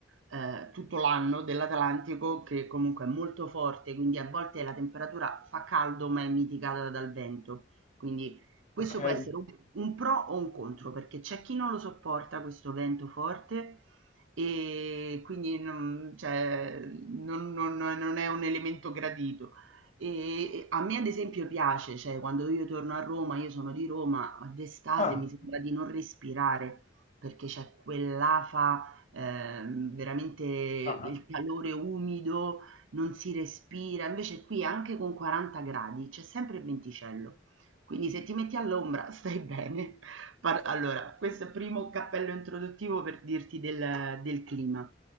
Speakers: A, on the right; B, on the left.
A: ehm, tutto l'anno dell'Atlantico che comunque è molto forte, quindi a volte la temperatura fa caldo, ma è mitigata dal vento. Quindi questo
B: Ok.
A: può essere un un pro o un contro, perché c'è chi non lo sopporta questo vento forte e quindi non, cioè, non, non- non è un elemento gradito. E a me ad esempio piace, cioè quando io torno a Roma, io sono di Roma, ma d'estate
B: Ah.
A: mi sembra di non respirare perché c'è quell'afa, ehm, veramente il
B: Ah.
A: calore umido, non si respira. Invece qui anche con 40 gradi c'è sempre il venticello. Quindi se ti metti all'ombra stai bene. <laughs> Questo è il primo cappello introduttivo per dirti del, del clima.